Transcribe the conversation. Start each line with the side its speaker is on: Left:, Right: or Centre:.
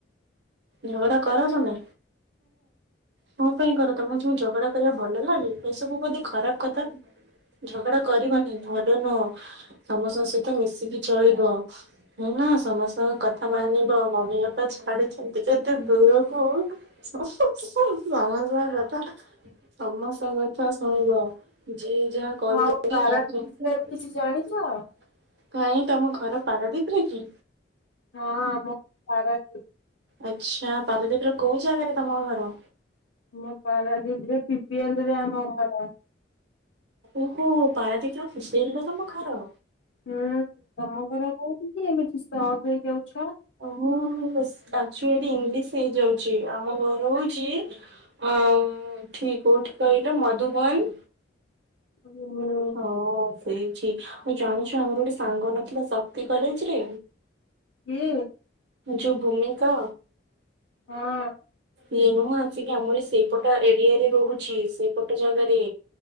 Right: ଝଗଡ଼ା କର ତମେ? କଣ ପାଇଁ କର ତମକୁ ଜଣ ଝଗଡ଼ା କରିବା କୁ ଭଲ ଲାଗେ ଏସବୁ ବୋଧେ ଖରାପ୍ କଥା? ଝଗଡା କରିବନି ଭଲ ନୁହଁ ସମସ୍ତଙ୍କ ସହିତ ମିଶିକି ଚଳିବ। ହୁଁ ନା ସମସ୍ତଙ୍କ କଥା ମାନିବ ମମି ବାପା ଛାଡିଛନ୍ତି କେତେ ଦୂରକୁ। <unintelligible> ବାହାପିଆ କଥା। ସମସ୍ତଙ୍କ କଥା ଶୁଣିବା ଯିଏ ଯାହା। କହିଛନ୍ତି
Left: ହଉ ପାରାଦୀପ
Right: ତାଙ୍କୁ <unintelligible>
Left: ବିଷୟରେ କିଛି ଜାଣିଛ? ହଁ
Right: କାଇଁ ତମ ଘର ପାରଦିପରେ କି?
Left: ଆମ ପାରାଦୀପ
Right: ଆଚ୍ଛା ପାରଦୀପର କୋଉ ଜାଗାରେ ତମ ଘର?
Left: ମୁଁ ପରାଦିପରେ ପିପିଏଲରେ ଆମ ଘର।
Right: ଓହୋ ପାରାଦୀପର ପିପିଏଲରେ ତମ ଘର।
Left: ହୁଁ ତମ ଘର କୋଉଠୀ କି ଏମିତି ସ୍ତବ ହେଇଯାଉଛ?
Right: ମୁଁ ଏସ ଆକ୍ଚୁଆଲି ଇଂଲିଶ ହେଇଯାଉଛି ଆମ ଘର ହଉଛି। ହଁ ଏଠି କୋଉଠି କହିଲ ମଧୁବନ।
Left: ହୁଁ ହୁଁ।
Right: ହଁ ସେଇଠି ଆଉ ଜାଣିଛ ଆମର ଗୋଟେ ସାଙ୍ଗ ନଥିଲା ଶକ୍ତି କଲେଜରେ?
Left: କିଏ?
Right: ଯୋଉ ଭୂମିକା।
Left: ହଁ
Right: ଇଏ ନୁହଁ ଆସିକି ଆମରି ସେଇପଟ ଏରିଆରେ ରହୁଛି ସେଇପଟ ଜାଗାରେ।